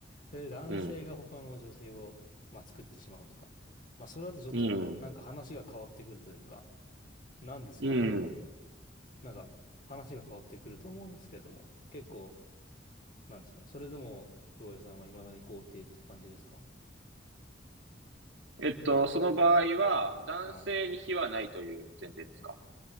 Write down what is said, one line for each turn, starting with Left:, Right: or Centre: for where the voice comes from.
Left: それで男性が他の女性を、
Right: うん。
Left: まあ、作ってしまうとか、まあそれだとちょっとなんか話が変わってくるというか、
Right: うん。
Left: なんですかね。
Right: うん。
Left: なんか話が変わってくると思うんですけども、結構、なんですかね。それでも、京平さんは未だに肯定っていう感じですか
Right: えっと、その場合は、男性に非はないという前提ですか
Left: はい。